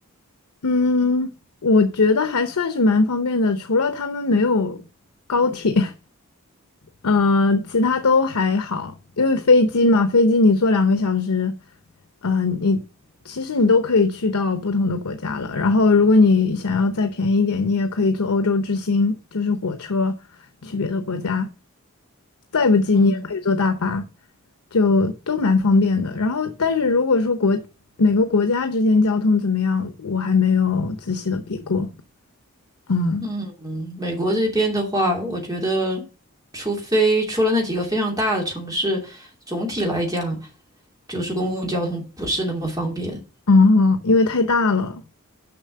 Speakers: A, on the left (about 90°); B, on the right (about 15°).
A: 嗯，我觉得还算是蛮方便的，除了他们没有高铁。<laughs> 嗯，其他都还好，因为飞机嘛，飞机你坐两个小时，嗯，你其实你都可以去到不同的国家了。然后，如果你想要再便宜一点，你也可以坐欧洲之星，就是火车去别的国家。再不济，
B: 嗯
A: 你也可以坐大巴，就都蛮方便的。然后，但是如果说国每个国家之间交通怎么样，我还没有仔细的比过。嗯
B: 嗯，美国这边的话，我觉得，除非除了那几个非常大的城市，总体来讲，就是公共交通不是那么方便。
A: 嗯，因为太大了。